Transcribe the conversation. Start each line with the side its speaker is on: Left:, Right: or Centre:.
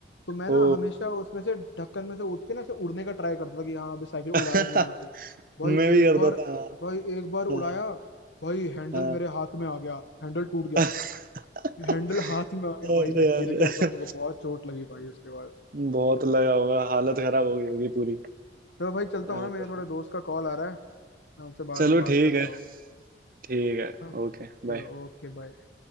Left: तो मैं
Right: ओ
Left: ना हमेशा उसमें से ढक्कन में से उठ के ना ऐसे उड़ने का ट्राई करता था कि हाँ अभी साइकिल उड़ा
Right: <laughs>
Left: दूंगा यहाँ से भाई
Right: मैं भी
Left: एक
Right: करता
Left: बार
Right: था
Left: भाई एक बार उड़ाया
Right: हाँ हाँ
Left: भाई हैंडल
Right: हाँ
Left: मेरे हाथ में आ गया हैंडल टूट गया
Right: <laughs>
Left: हैंडल हाथ में आ गया
Right: अरे
Left: भाई मैं
Right: यार
Left: गिर गया तब मेरे को बहुत चोट लगी भाई उसके बाद
Right: बहुत लगा होगा हालत खराब हो गई होगी पूरी
Left: चलो भाई चलता
Right: अरे
Left: हूँ ना मेरे थोड़े
Right: यार।
Left: दोस्त का कॉल आ रहा है मैं आपसे बाद
Right: चलो
Left: में बात
Right: ठीक
Left: करता
Right: है
Left: हूँ
Right: ठीक है
Left: हाँ,
Right: Okay
Left: चलो
Right: bye
Left: ओके बाय